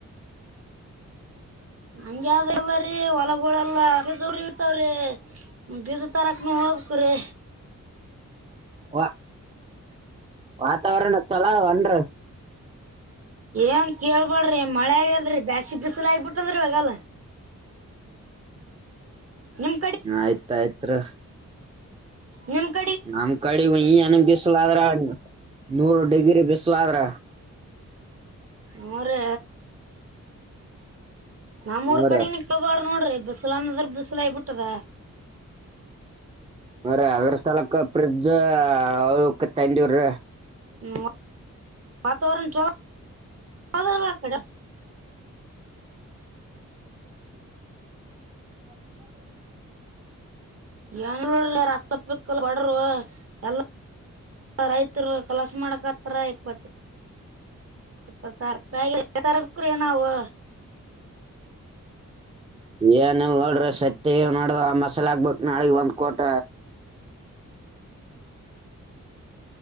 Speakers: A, on the right (about 50°); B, on the right (about 20°).
A: ಹಂಗೆ ಆದ ಅಲ್ರೀ ಹೊಲಗೋಳ ಎಲ್ಲಾ ದೂರ ಇರ್ತಾವ ರಿ ಫ್ರಿಜ್ ತಾರಕ ನು ಹೋಗಬೇಕು ರಿ
B: ವಾ ವಾತಾವರಣ ಚಲೋ ಅವ ಏನ್ರಿ
A: ಏನ್ ಕೇಳ್ಬಾಡ್ರಿ ಮಳೆ ಆಗದ್ರಿ ಬ್ಯಾಸಿ ಬಿಸಿಲ ಆಗಬಿಟ್ಟದ್ರಿ ಇವಾಗೆಲ್ಲ. ನಿಮ್
B: ಆಯ್ತ ಆಯ್ತ್ ರಿ
A: ನಿಮ್ಕಾ
B: ನಮ್ ಕಡೆ ಈಏನ ಬಿಸಲಾದ್ರ ನೂರು ಡಿಗ್ರಿ ಬಿಸಲಾದ್ರ
A: ಹುರಿ ನಮೂರ್
B: ಹ್ಮ್
A: ಕಡೆನ
B: ರಿ
A: ಕೇಳ್ಬೇಡಿ ನೋಡ್ರಿ ಬಿಸಿಲಂದರ ಬಿಸಿಲ ಆಗಿಬಿಟದ
B: ಹುರಿ ಅದ್ರ ಸಲೆಕಾ ಫ್ರಿಜ ಅದು ತಂದಿವವ್ರೀ
A: ಹ್ಮ ವತಾವರಣ ಚಲೋ ಅದಾ ಆಕ್ಡೆ
B: <unintelligible>
A: ಯನೂಲ್ಲಾರ ಅಕ್ಕ ಪಕ್ಕಲ್ ವಡರು ಎಲ್ಲ <unintelligible> ರೈತರು ಕೆಲಸ ಮಾಡಕತ್ರ ಇಪ್ಪತ್ತ ಇಪ್ಪತು ಸಾವಿರ ಆಗಿಲ್ರಿ ಏನ್ ತರಬೇಕ್ರಿ ನಾವು.
B: ಏನಲ್ ನೋಡ್ರಿ ಸತ್ತ್ಯಾಗೆದು ನೋಡ ಆ ಮಸಾಲ ಆಗ್ಬೇಕ್ ನಾಳಿಗಿ ಒಂದ್ ಕೋಟ.